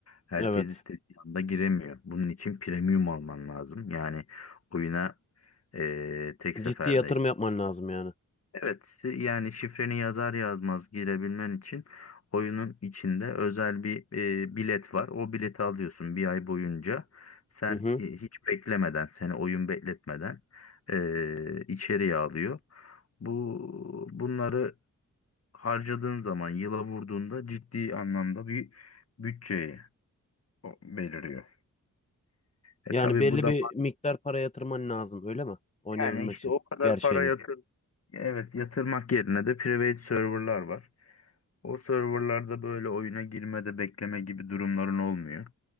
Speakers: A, on the left (about 45°); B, on the left (about 20°).
A: herkes
B: Evet.
A: istediği anda giremiyor. Bunun için premium alman lazım. Yani oyuna eee, tek seferde
B: Ciddi yatırım yapman lazım yani.
A: Evet, si, yani şifreni yazar yazmaz girebilmen için oyunun içinde özel bir e, bilet var. O bileti alıyorsun bir ay boyunca. Sen
B: Hı hı.
A: e, hiç beklemeden, seni oyun bekletmeden e, içeriye alıyor. Bu bunları harcadığın zaman, yıla vurduğunda ciddi anlamda bir bütçeyi o- belirliyor. E
B: Yani
A: tabii
B: belli
A: bu da
B: bir miktar para yatırman lazım, öyle mi? Oynayabilmek
A: yani işte
B: için
A: o kadar
B: gerçeğini.
A: para yatır, evet yatırmak yerine de private serverlar var. O serverlarda böyle oyuna girmede bekleme gibi durumların olmuyor.